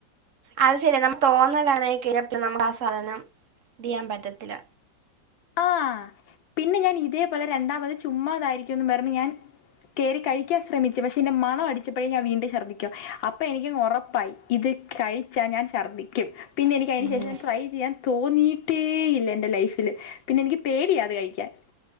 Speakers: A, on the right; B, on the left.
A: അത് ശരിയ നമക്ക് തോന്നലാണ് ങ്ങാനായികയിഞ്ഞാൽ നമ്മുടെ ആ സാധനം ചെയ്യാൻ പറ്റത്തില്ല
B: ആഹ് പിന്നെ ഞാൻ ഇതേപോലെ രണ്ടാമത് ചുമ്മാതായിരിക്കും ന്ന് പറഞ് ഞാൻ കേറി കഴിക്കാൻ ശ്രമിച്ചു പക്ഷെ അയിന്റെ മണ അടി ച്ചപ്പഴും ഞാൻ വീണ്ടും ശർദ്ധിക്കും. അപ്പഎനിക്കങ്ങ് ഒറപ്പായി. ഇത് കഴിച്ചാ ഞാൻ ശർദിക്ക്യും പിന്നെ എനിക്കയിന്
A: ഉം
B: ശേഷം ഞാൻ ട്രൈ ചെയ്യാൻ തോന്നിയിട്ടേ ഇല്ല എൻ്റെ ലൈഫില്. പിന്നെ എനിക്ക് പേടിയാ അത് കഴിക്കാൻ